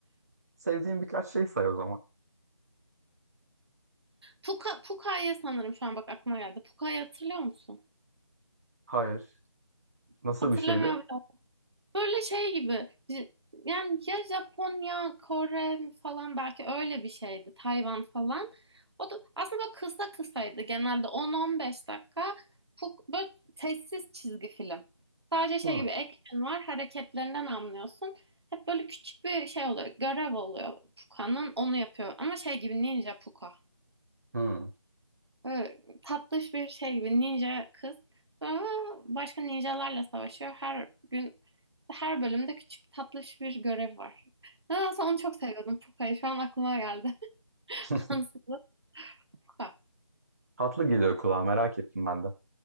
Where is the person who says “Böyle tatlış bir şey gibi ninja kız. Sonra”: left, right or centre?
Right